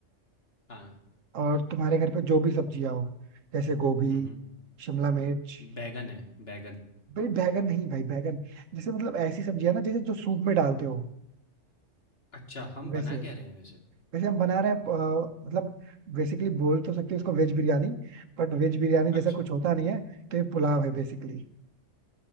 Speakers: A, on the left; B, on the right.
A: हाँ
B: और तुम्हारे घर पे जो भी सब्जियां हो जैसे गोभी
A: हम्म
B: शिमला मिर्च
A: बैगन है, बैगन।
B: भाई बैगन नहीं भाई बैगन जैसे मतलब ऐसी सब्जियां ना जैसे जो सूप में डालते हो
A: अच्छा, हम
B: वैसे
A: बना क्या रहे हैं वैसे?
B: वैसे हम बना रहे हैं अ, मतलब बेसिकली बोल तो सकते हैं इसको veg biryani But veg biryani जैसा
A: अच्छा।
B: कुछ होता नहीं है तो ये पुलाव है बेसिकली